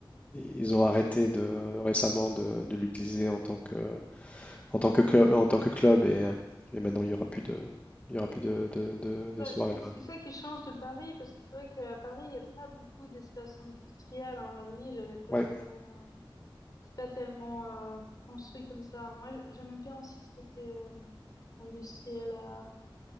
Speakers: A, on the left (about 15°); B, on the left (about 45°).
A: ils ont arrêté de, récemment de, de l'utiliser en tant que, en tant que, cl- en tant que club et, euh, et maintenant il y aura plus de, il y aura plus de, de, de, de
B: Bah,
A: soirée
B: c'est
A: là-bas.
B: c'est ça qui change de Paris, parce que c'est vrai qu'à Paris, il n'y a pas beaucoup d'espace industriel. hein. La ville, elle n'est pas
A: Ouais,
B: tellement, euh, c'est pas tellement euh, construit comme ça. Moi, j- j'aime bien aussi ce côté euh, industriel à,